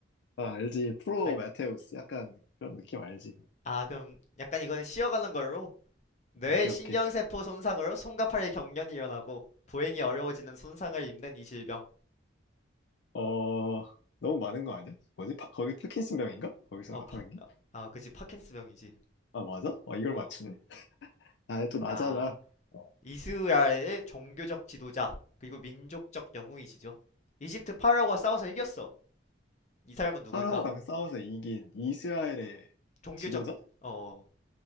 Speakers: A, on the left; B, on the left.
A: 아, 알지. 프로
B: 아,
A: 메테우스. 약간 그런 느낌 알지.
B: 아, 그럼 약간 이건 쉬어가는 걸로. 뇌
A: 오케이,
B: 신경세포
A: 오케이.
B: 손상으로 손과 팔의 경련이 일어나고 보행이 어려워지는 손상을 입는 이 질병.
A: 어, 너무 많은 거 아니야? 뭐지? 파- 거기 파킨슨 병인가? 거기서
B: 어, 파,
A: 하는 게?
B: 아, 아, 그지 파킨스병이지.
A: 아, 맞아? 어, 이걸
B: 어,
A: 맞추네. 아, 또 나잖아.
B: 자,
A: 어,
B: 이스라엘의 종교적 지도자 그리고 민족적 영웅이시죠. 이집트 파라오와 싸워서 이겼어. 이 사람은 누구일까?
A: 파라오랑 싸워서 이긴 이스라엘의
B: 종교적
A: 지도자?
B: 어,